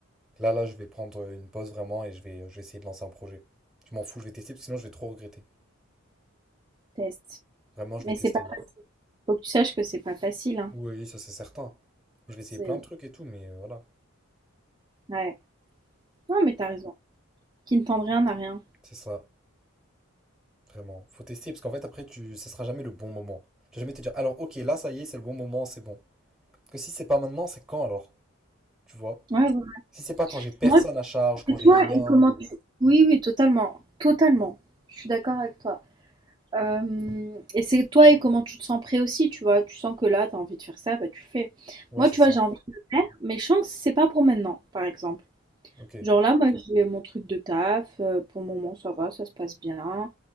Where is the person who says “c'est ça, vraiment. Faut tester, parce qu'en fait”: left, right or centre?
Centre